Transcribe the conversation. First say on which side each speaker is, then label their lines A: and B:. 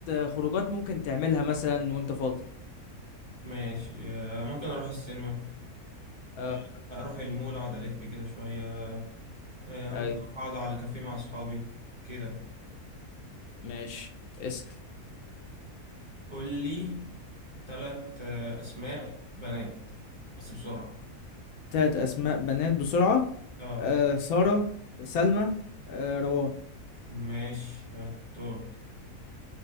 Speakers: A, on the left; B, on the right.
A: خروجات ممكن تعملها مثلا وانت فاضي
B: ماشي آه، ممكن اروح السينما
A: اه
B: آه، اروح المول اقعد الف كده شوية آه،
A: ايوه
B: ممكن اقعد على كافيه مع اصحابي كده
A: ماشي اسأل
B: قول لي ثلاث اسماء بنات بس بسرعة
A: ثلاث اسماء بنات بسرعة
B: اه
A: آه سارة سلمى آه روان
B: ماشي هاي، دور